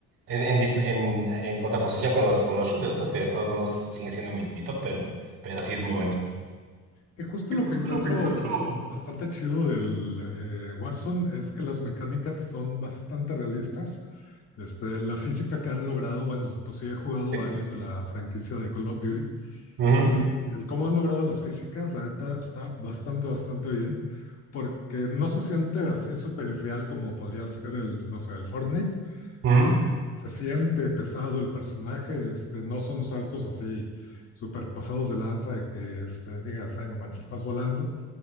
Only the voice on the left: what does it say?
que justo
lo
que encuentro
bastante chido del eh, Warzone es que las mecánicas son bastante realistas. Este, la física que han logrado, bueno, pues sí he jugado
varios de la franquicia de Call of Duty,
Y el cómo han logrado las físicas, la neta, está bastante, bastante bien, porque no se siente así súper irreal como podría ser el, no sé, el Fortnite.
Es- se siente pesado el personaje, este, no son saltos así súper pasados de lanza de que este, digas, ay, no manches, estás volando.